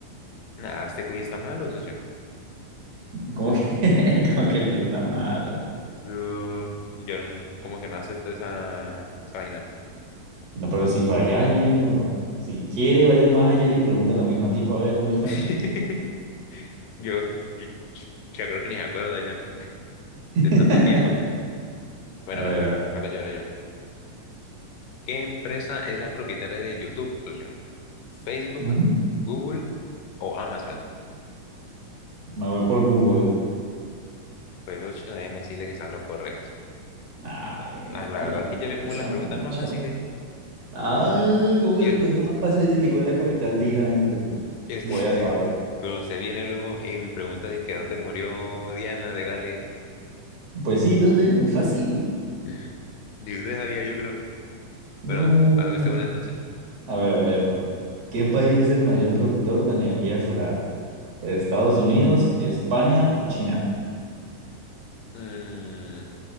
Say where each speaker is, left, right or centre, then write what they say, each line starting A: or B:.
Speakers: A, on the left; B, on the right.
A: Nada, este cuy está malo, socio.
B: Como que, <laughs> como que el quiz está malo.
A: Yo, yo no- como que no acepto esa, esa vaina.
B: No, pero si fue allá, ñero. Si quiere, vaya más allá y le pregunta a la misma tipa a ver dónde fue.
A: <laughs> Yo, yo, yo creo que ni se acuerda ya
B: <laughs>
A: de tanto tiempo. Bueno,
B: A
A: bueno,
B: ver, a ver.
A: ahora yo, ahora yo. ¿Qué empresa es la propietaria de YouTube, socio? Facebook,
B: Ujú.
A: Google o Amazon.
B: Me voy por Google.
A: Pues ocho, déjeme decirle que están lo correcto.
B: Ay,
A: Ah, la
B: que
A: verdad
B: yo,
A: es que yo le pongo
B: yo sé
A: las preguntas
B: mucho.
A: más fáciles.
B: Ay, como que
A: Y,
B: la
A: us-
B: pregunta más fácil es que cuál es la capital de Irán. Yo que
A: y usted,
B: voy a
A: <laughs>
B: saber.
A: pero usted viene luego y me pregunta, dice, ¿dónde murió Diana de Gales?
B: Pues sí, ¿dónde? Muy fácil.
A: <laughs> Y usted sabía, yo creo.
B: No.
A: Bueno, hago este una entonces.
B: A ver, a ver. ¿Qué país es el mayor productor de energía solar? ¿Estados Unidos, España o China?
A: Mm,